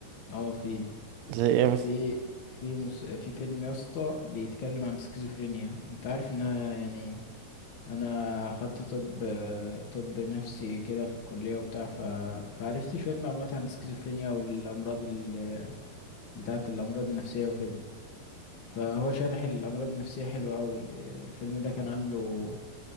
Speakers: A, on the left; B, on the right.
A: اه في
B: زي ايه مثلا
A: في في مس... في فيلم يا اسطى بيتكلم عن سكيزوفرينيا انت عارف انها يعني انا اخدت طب طب نفسي كده في الكليه وبتاع ف... فعرفت شويه معلومات عن السكيزوفرينيا والامراض ال... بتاعه الامراض النفسيه وكده فهو شارح الامراض النفسيه حلو قوي الفيلم ده كان عامله